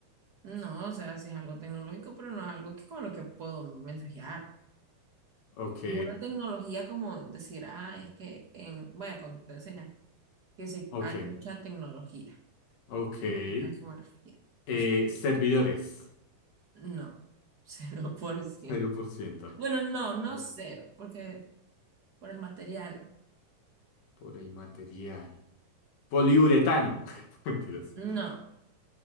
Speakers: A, on the right; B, on the left.
A: No, o sea, sí es algo tecnológico, pero no es algo que con lo que puedo mensajear.
B: Ok,
A: Es una tecnología como decir, ah, es que en, bueno, cuando te enseñan que se,
B: ok,
A: hay mucha tecnología.
B: ok.
A: Tecnología, A eso me refiero.
B: Eh,
A: Cosa-
B: servidores,
A: no, <laughs> 0%.
B: cero Por ciento.
A: Bueno, no, no
B: Por el
A: cero, porque por el material.
B: por el material. Poliuretano. <laughs> Mentiras,
A: No.